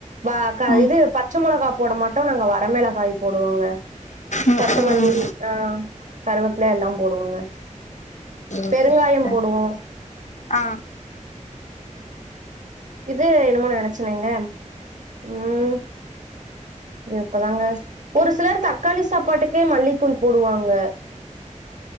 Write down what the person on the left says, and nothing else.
ம்
ம்
ம்
ஓகே சிஸ்டர்
ஆ